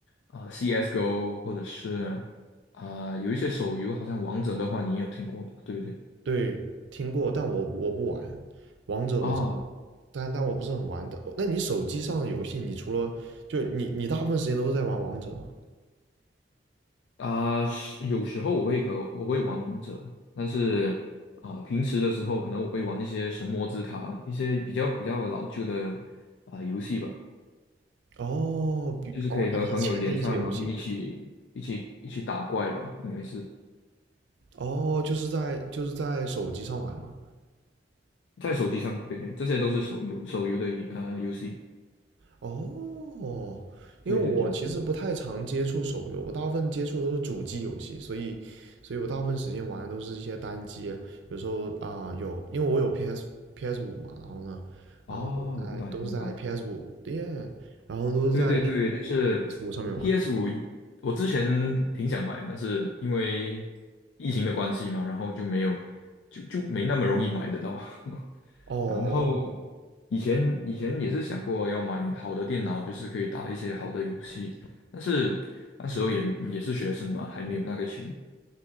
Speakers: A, on the left (about 85°); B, on the right (about 80°).
A: 呃《CS:GO》，或者是啊、有一些手游，好像《王者》的话，你也有听过吧？对不对？
B: 对，听过，但我我不玩，王者我知道，
A: 啊
B: 但但我不是很玩的。那你手机上的游戏，你除了就你你大部分时间都是在玩王者吗？
A: 啊、是有时候我会和我会玩王者，但是啊、平时的时候可能我会玩一些神魔之塔，一些比较比较老旧的啊、游戏吧，
B: 哦，比哦以前的一些游戏，
A: 就是可以和朋友连上，然后一起一起一起打怪吧，应该是
B: 哦就是在就是在手机上玩嘛。
A: 在手机上，对不对，这些都是手游手游的一呃游戏。
B: 哦，因为我其实不太常接触手游，
A: 对对对对，
B: 我大部分接触的都是主机游戏，所以，所以我大部分时间玩的都是一些单机啊，有时候啊、有，因为我有 PS PS 五嘛，然后呢，
A: 啊，
B: 然后我在都是在
A: 明白明白，
B: PS 五耶，然后都是在
A: 对对对，
B: PS
A: 但是
B: 五上面玩。
A: PS 五我之前挺想买，但是因为疫情的关系嘛，然后就没有，就就没那么容易买得到。<laughs>
B: 哦
A: 然后以前以前也是想过要买好的电脑，就是可以打一些好的游戏，但是那时候也也是学生嘛，还没有那个钱。